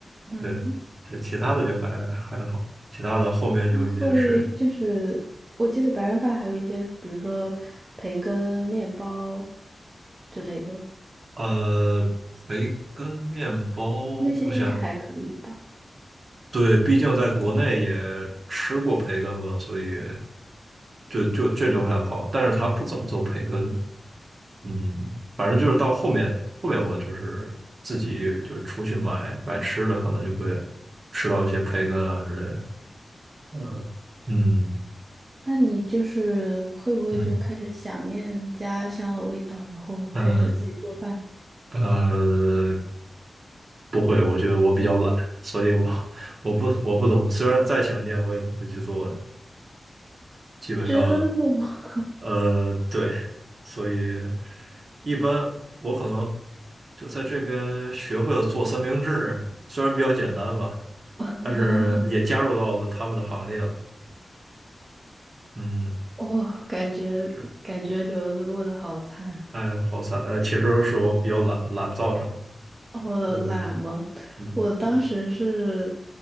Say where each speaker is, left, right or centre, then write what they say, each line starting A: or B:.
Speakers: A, on the right; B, on the right.
A: 那嗯
B: 对，这其他的就还还好，其他的后面就有一点适应。
A: 那会就是我记得白人饭还有一些，比如说培根、面包之类的，
B: 呃，培根面包，
A: 那些应该还可以吧。
B: 我想，对，毕竟在国内也吃过培根嘛，所以就就这就还好，但是他不怎么做培根，嗯，反正就是到后面后面我就是自己就是出去买买吃的，可能就会吃到一些培根啊之类的，嗯嗯
A: 那你就是会不会就开始想念家乡的味道，
B: 嗯
A: 然后开始自己做饭？
B: 呃呃，不会，我觉得我比较懒，所以我我不我不怎么，虽然再想念，我也不会去做的。基本上，
A: 真的吗？
B: 呃，对，所以一般我可能就在这边学会了做三明治，虽然比较简单吧，但是也加入到了他们的行列了。
A: 哦，
B: 嗯，
A: 哦，感觉感觉留子过得好惨。
B: 是，哎，好惨，呃，其实是我比较懒懒造成的。
A: 哦，
B: 嗯
A: 懒吗？
B: 嗯嗯
A: 我当时是